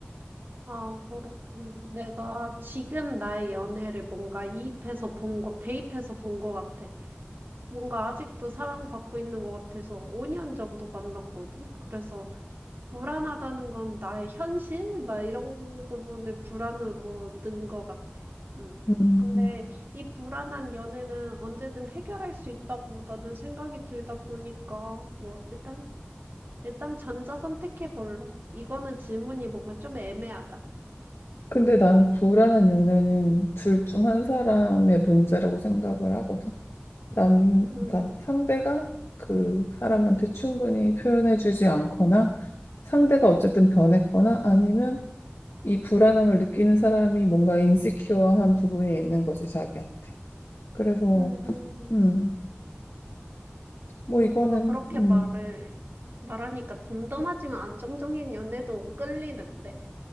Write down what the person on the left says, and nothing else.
음.
근데
나는 불안한 연애는 둘 중 한 사람의 문제라고 생각을 하거든. 남,
그러니까 상대가 그 사람한테 충분히 표현해주지 않거나 상대가 어쨌든 변했거나 아니면 이 불안함을 느끼는 사람이 뭔가 인시큐어한 부분이 있는 거지, 자기한테. 그래서,
음, 뭐
이거는,
음,